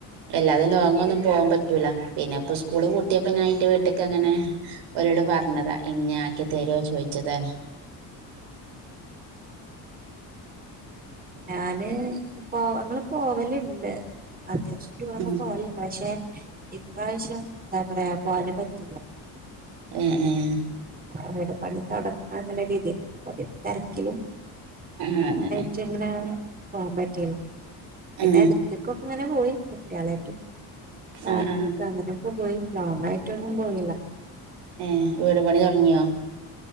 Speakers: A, on the right (about 85°); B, on the right (about 20°).
A: അല്ലാതെ ലോങ്, ഒന്നും, പോകാൻ, പറ്റൂല, പിന്നെ ഇപ്പ, സ്കൂള് പൂട്ടിയപ്പ, ഞാന്റെ, വീട്ടക്ക് അങ്ങന ഒ പറഞ്ഞതാ, ഇങ്ങെ, ആക്കി തരോ, ചോയ്ച്ചതാണ്
B: ഞാന്, പോങ്ങള്, പോവലുണ്ട് അത്യാശ്യ, ടൂർ ഒക്കെ,
A: ഉം
B: പോവലിണ്ട്, പശെ ഇപ്രാവശ്യം, എന്താ പറയാ, പോവാൻ പറ്റില്ല
A: എ, ഏ, ഉം.
B: അവരുടെ, പണിത്തടങ്ങ, നല്ല രീതിൽ, തിരക്കിലും
A: ആഹ, അങ്ങനെ.
B: <unintelligible> പോവാൻ, പറ്റീല, പിന്നെ
A: ഏ
B: എടുത്ത്കൊക്കെ, ങ്ങനെ പോയി, കുട്ടിയാളെ പാർക്കൊക്കെ,
A: ആ ആ
B: അങ്ങനെയൊക്കെ, പോയി, ലോങ് ആയിട്ടൊന്നും, പോയില്ല
A: ഏ, വീട് പണി, തൊടങ്ങിയോ